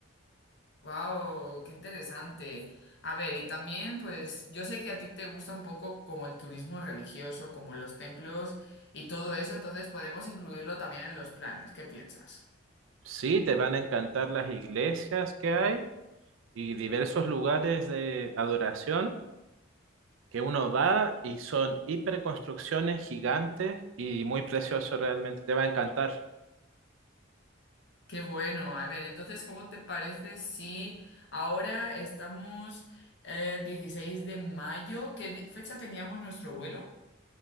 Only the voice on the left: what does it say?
Wow, qué interesante. A ver, y también, pues, yo sé que a ti te gusta un poco como el turismo religioso, como los templos y todo eso, entonces podemos incluirlo también en los planes. ¿Qué piensas?
Qué bueno. A ver, entonces, ¿cómo te parece si ahora estamos eh, 16 de mayo? ¿Qué di- fecha teníamos nuestro vuelo?